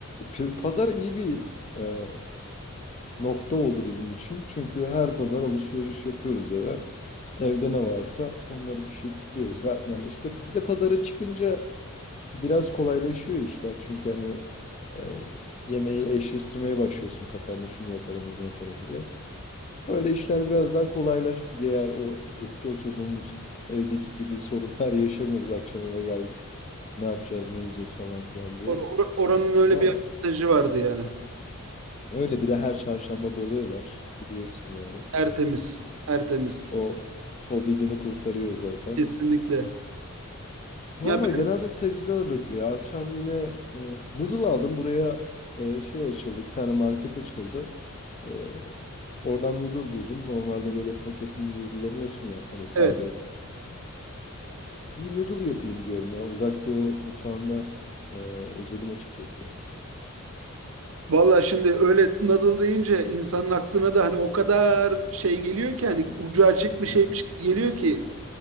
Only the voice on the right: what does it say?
Or- or- oranın öyle
bir avantajı vardı yani.
Tertemiz, tertemiz.
Kesinlikle.
Ya ben,
evet.
Valla şimdi öyle Nadal deyince insanın aklına da hani o kadar şey geliyor ki hani ucu açık bir
şeymiş
gibi geliyor ki